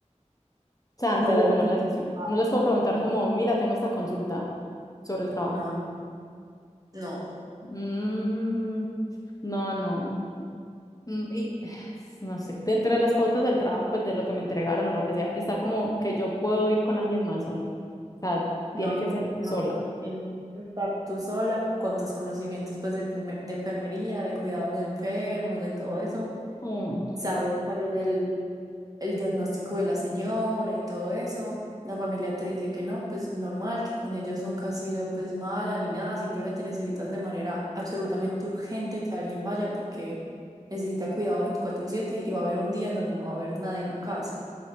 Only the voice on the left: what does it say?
O sea, antes
de tomar
la decisión. No les puedo preguntar
como, mira, tengo esta consulta sobre el trabajo.
Mm, no, no. Mm, y <sighs> no sé, dentro de las pautas del trabajo, pues de lo que me entregaron o lo que sea, está como que yo puedo ir con alguien más o no. O sea, tiene
que ser
sola.
Mm,